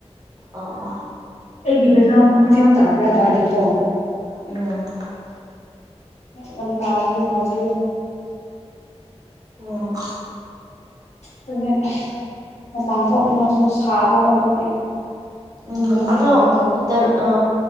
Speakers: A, on the right; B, on the left.
A: ꯑꯣ
B: ꯑꯩꯒꯤ ꯕꯦꯛꯒ꯭ꯔꯥꯎꯟ ꯃꯈꯣꯟ ꯌꯥꯝ ꯇꯥꯕ꯭ꯔꯥ ꯇꯥꯗꯦꯀꯣ
A: ꯎꯝ
B: ꯌꯥꯝ ꯇꯥꯔꯗꯤ ꯍꯥꯏꯕꯤꯒꯦ
A: ꯑꯣ <unintelligible>
B: ꯇꯣꯏꯠ ꯂꯩ ꯃꯄꯥꯟ ꯊꯣꯛꯅꯤꯡꯉꯥꯏꯁꯨ ꯁꯥꯕꯀꯣ ꯑꯗꯨꯒꯤ ꯃꯅꯨꯡꯗ
A: ꯎꯝ
B: ꯂꯩꯔꯒ
A: ꯑꯗꯣ
B: ꯇꯧꯈ꯭ꯔꯦ
A: ꯇꯔ ꯑ